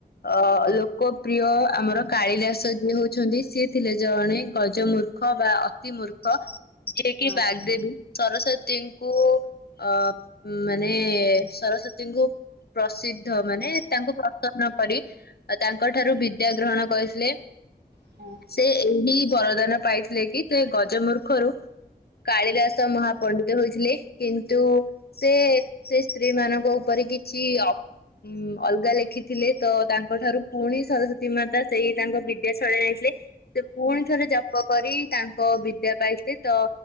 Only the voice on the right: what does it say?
ହଁ
ହୁଁ
ହୁଁ